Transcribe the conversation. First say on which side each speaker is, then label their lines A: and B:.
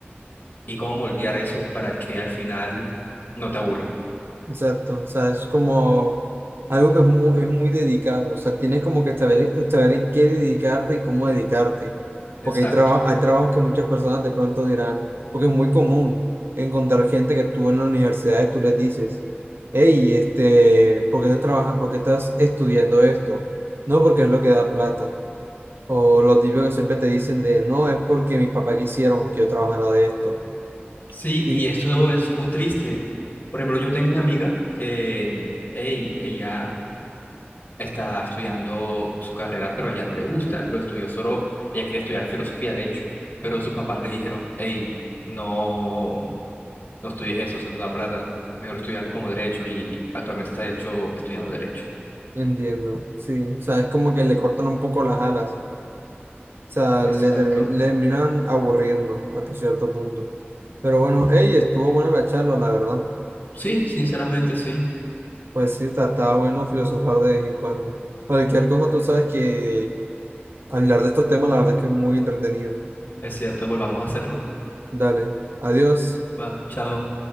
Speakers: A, on the left; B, on the right.
A: y cómo moldear eso para que al final no te aburra.
B: Exacto, o sea, es como algo que es muy, es muy dedicado, o sea, tienes como que saber, en saber en qué dedicarte y cómo dedicarte,
A: Exacto.
B: porque hay, traba- hay trabajos que muchas personas de pronto dirán, porque es muy común encontrar gente que tú en las universidades tú les dices, hey, este, ¿por qué estás trabajando, por qué estás estudiando esto? No, porque es lo que da plata, o lo típico que siempre te dicen de, no, es porque mis papás quisieron que yo trabajara de esto,
A: Sí,
B: y
A: y esto es muy triste. Por ejemplo, yo tengo una amiga que, hey, ella está estudiando su carrera, pero a ella no le gusta. Lo estudió solo, ella quería estudiar filosofía, de hecho, pero sus papás le dijeron, hey, no. no estudies eso, son da plata, mejor estudia algo como derecho y actualmente está hecho estudiando derecho.
B: entiendo, sí, o sea, es como que le cortan un poco las alas. sea,
A: Exacto.
B: le, termi- le terminan aburriendo hasta cierto punto. Pero bueno, hey, estuvo buena la charla, la verdad.
A: Sí, sinceramente sí,
B: Pues sí, está, está bueno filosofar de vez en cuando. Cualquier cosa, tú sabes que hablar de estos temas, la verdad es que es muy entretenido.
A: es cierto, volvamos a hacerlo.
B: Dale, adiós.
A: Va, chao.